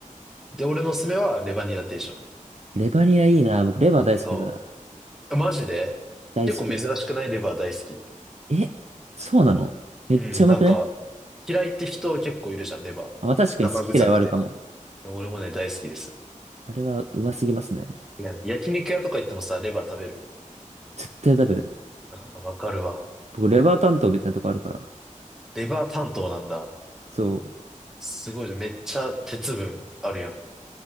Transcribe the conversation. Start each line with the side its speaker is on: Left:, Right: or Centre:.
Centre: で、俺のおすすめはレバニラ定食。
Right: レバニラいいな。僕、レバー大好きだから。
Centre: そう。マジで結構珍しくないレバー大好きって。
Right: 大好き。え、そうなのめっちゃうまくね
Centre: うん、なんか、嫌いって人結構いるじゃん、レバー。
Right: あ、まあ確かに好き嫌いはあるかも。
Centre: 生臭くて。で俺もね、大好きです。
Right: あれはうますぎますね。
Centre: てかね焼肉屋とか行ってもさ、レバー食べる。
Right: 絶対食べる。
Centre: あわかるわ。
Right: 僕、レバー担当みたいなとこあるから。
Centre: レバー担当なんだ。
Right: そう。
Centre: すごい、めっちゃ鉄分あるやん。